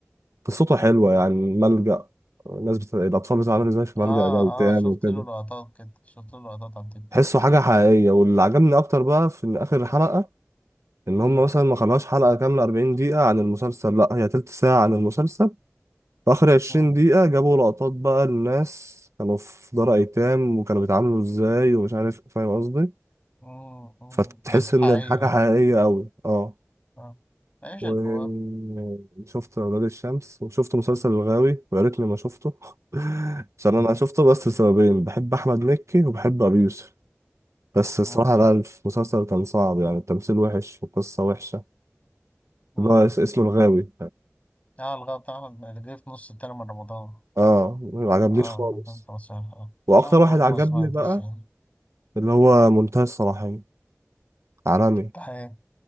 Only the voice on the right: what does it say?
قصته حلوة يعني ملجأ الناس بت... الأطفال بتتعامل إزاي في
ملجأ ده وبتاع
وكده
تحسه حاجة حقيقية واللي عجبني أكتر بقى في إن آخر حلقة إن
هم مثلا ما خلوهاش حلقة كاملة 40 دقيقة عن المسلسل لأ هي تلت ساعة عن المسلسل في آخر عشرين
دقيقة جابوا لقطات بقى الناس كانوا في دار أيتام وكانوا بيتعاملوا إزاي ومش عارف فاهم قصدي
فتحس
إن
الحاجة
حقيقية أوي أه
وشفت
أولاد الشمس وشفت مسلسل الغاوي ويا ريتني ما شفته <laughs> عشان
أنا شفته بس لسببين بحب أحمد مكي وبحب أبي يوسف بس الصراحة
لا المسلسل كان صعب يعني التمثيل وحش والقصة وحشة
اللي هو اس- اسمه الغاوي
اه ما عجبنيش
خالص
وأكتر
واحد
عجبني
بقى
اللي هو منتهى الصلاحية عالمي